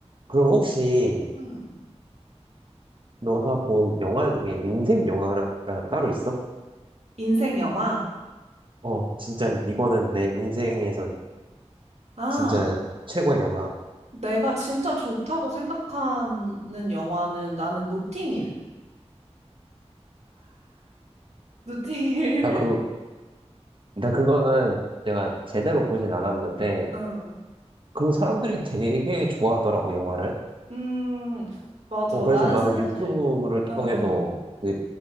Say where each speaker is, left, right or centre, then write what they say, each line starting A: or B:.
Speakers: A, on the right; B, on the right.
A: 그럼 혹시
B: 음.
A: 너가 본 영화 중에 인생 영화가 따로 있어?
B: 인생 영화?
A: 어, 진짜 이거는 내 인생에서
B: 아,
A: 진짜 최고의 영화.
B: 내가 진짜 좋다고 생각하는 영화는 나는 노팅힐. 노팅힐.
A: 나 그거, 나 그거는 내가 제대로 보진 않았는데,
B: <laughs> 어.
A: 그 사람들이 되게 좋아하더라고, 영화를.
B: 음, 맞아.
A: 어, 그래서
B: 나는
A: 나는
B: 사실,
A: 유튜브를 통해서
B: 어, 어.
A: 그,